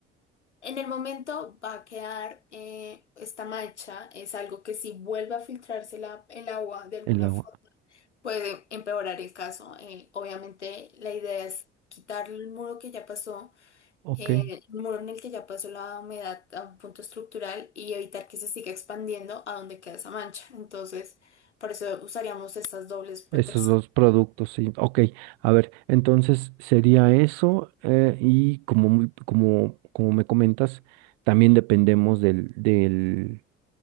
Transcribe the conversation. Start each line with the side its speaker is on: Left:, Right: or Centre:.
Left: en el momento va a quedar eh, esta mancha, es algo que si vuelve a filtrarse la- el agua de alguna
Right: El agua.
Left: forma puede empeorar el caso. Eh, obviamente la idea es quitar el muro que ya pasó,
Right: Ok.
Left: eh, el muro en el que ya pasó la humedad a un punto estructural y evitar que se siga expandiendo a donde queda esa mancha. Entonces, por eso usaríamos estas dobles protecciones.
Right: Esos dos productos, sí. Ok. A ver, entonces sería eso. eh, y como, muy- como, como me comentas, también dependemos del, del,